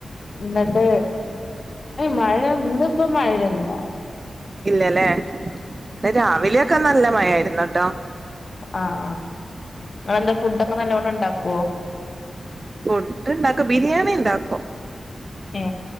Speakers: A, on the left (about 40°); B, on the right (about 30°).
A: ന്നിട്ട് മഴ ഇന്നും പ്പൊ മഴല്ല
B: ഇല്ലല്ലേ ഇവിടെ രാവിലെയൊക്കെ നല്ല മഴയാരുന്നട്ടോ
A: ആ ആ നിങ്ങളെന്താ ഫുടൊക്കെ നല്ലോണം ഉണ്ടാക്കുവൊ ഓ
B: ഫുഡ് ഇണ്ടാക്കും ബിരിയാണി ഉണ്ടാക്കും
A: ഏ